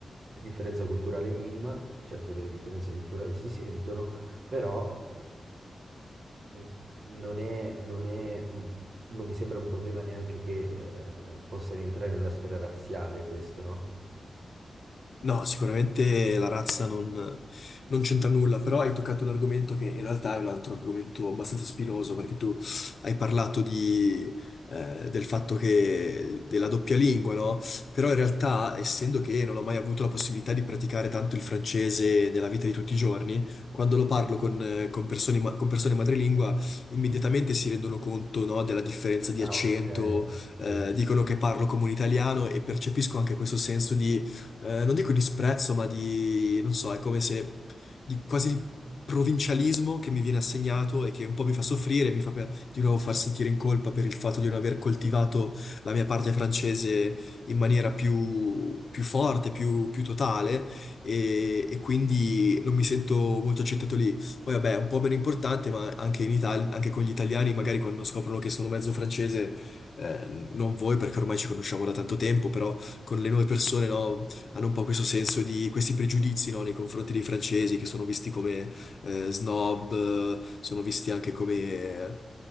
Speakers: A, on the right (about 45°); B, on the left (about 50°).
A: differenza culturale minima, certo che le differenze culturali si sentono, però... eh, non è, non è un- non mi sembra un problema neanche che eh, possa rientrare nella sfera razziale questo, no?
B: No, sicuramente la razza non, non c'entra nulla, però hai toccato un argomento che in realtà è un altro argomento abbastanza spinoso, perché tu hai parlato di, eh, del fatto che della doppia lingua, no? Però
A: Sì.
B: in realtà, essendo che non ho mai avuto la possibilità di praticare tanto il francese nella vita di tutti i giorni, quando lo parlo con, eh, con persone, ma- con persone madrelingua, immediatamente si rendono conto, no, della differenza di
A: Ah,
B: accento,
A: ok.
B: eh,
A: Certo.
B: dicono che parlo come un italiano e percepisco anche questo senso di eh, non dico disprezzo, ma di, non so, è come se, di quasi di provincialismo che mi viene assegnato e che un po' mi fa soffrire, mi fa per- di nuovo far sentire in colpa per il fatto di non aver coltivato la mia parte francese in maniera più, più forte, più, più totale, e, e quindi non mi sento molto accettato lì. Poi vabbè, è un po' meno importante, ma anche in Italia, anche con gli italiani, magari quando scoprono che sono mezzo francese, eh, non voi perché ormai ci conosciamo da tanto tempo, però con le nuove persone, no? hanno un po' questo senso di questi pregiudizi, no, nei confronti dei francesi che sono visti come eh, snob, eh, sono visti anche come, eh,